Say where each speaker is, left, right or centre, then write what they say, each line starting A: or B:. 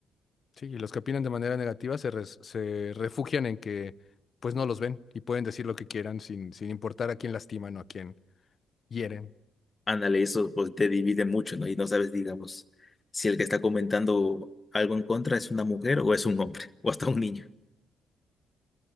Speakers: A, on the left (about 45°); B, on the left (about 25°).
A: Sí, y los que opinan de manera negativa se, res- se refugian en que pues no los ven y pueden decir lo que quieran sin, sin importar a quién lastiman o a quién hieren.
B: Ándale, eso pues te divide mucho, ¿no? Y no sabes, digamos, si el que está comentando algo en contra es una mujer o es un hombre o hasta un niño.